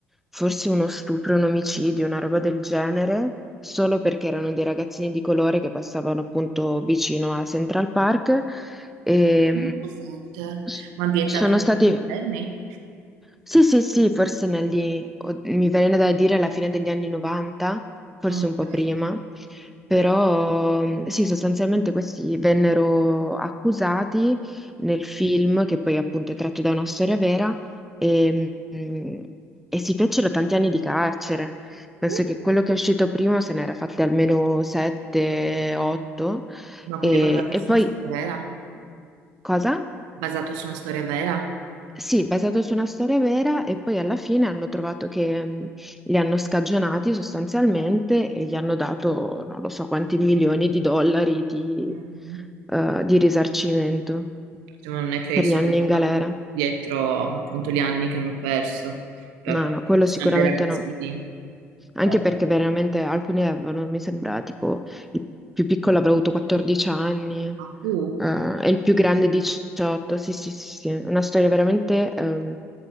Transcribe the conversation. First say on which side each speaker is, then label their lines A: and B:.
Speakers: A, in the centre; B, on the right.
A: forse uno stupro, un omicidio, una roba del genere, solo perché erano dei ragazzini di colore che passavano appunto vicino a Central Park e
B: Non ho presente,
A: mh, s-
B: ma ambientato
A: sono
B: in
A: stati
B: tempi moderni?
A: sì, sì, sì, forse negli, o- mi viene da dire alla fine degli anni 90, forse
B: Ok.
A: un po' prima, però mm, sì, sostanzialmente questi vennero accusati nel film, che poi appunto è tratto da una storia vera, e, mm, e si fecero tanti anni di carcere. Penso
B: ok.
A: che quello che è uscito prima se n'era fatti almeno 7, 8,
B: Ma quindi
A: e,
B: è basato
A: e
B: su
A: poi
B: una storia vera?
A: cosa?
B: Basato su una storia vera?
A: Sì, basato su una storia vera e poi alla fine hanno trovato che mh, li hanno scagionati sostanzialmente e gli hanno dato non lo so quanti milioni di dollari di,
B: Mm.
A: eh, di risarcimento
B: Cioè, ma non è che
A: per
B: i soldi
A: gli anni in galera.
B: dietro appunto gli anni che hanno perso. Beh,
A: No,
B: appunto,
A: no, quello
B: siamo
A: sicuramente
B: dei ragazzini.
A: no. Anche
B: Ma
A: perché veramente alcuni avevano, mi sembra, tipo il più piccolo avrà avuto 14 anni, eh,
B: pupo.
A: e il più grande 18. Sì, sì, sì, sì. Una storia veramente ehm,